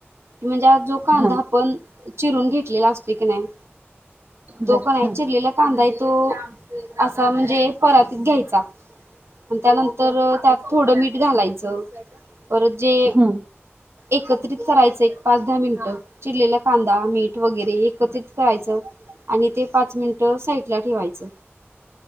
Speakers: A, on the right; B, on the right.
A: म्हणजे आ जो कांदा
B: हां.
A: आपण चिरून घेतलेला असतो की नाही तो
B: बरं,
A: कणी आहे
B: हां.
A: चिरलेला कांदा असतोय तो म्हणजे परातीत घ्यायचा आणि त्यानंतर त्यात थोडं मीठ घालायचं पर जे
B: हं.
A: एकत्रित करायच एक पाच दहा मिनिटं चिरलेला कांदा मीठ वगैरे एकत्रित करायचं आणि ते पाच मिनिट साईड ला ठेवायचं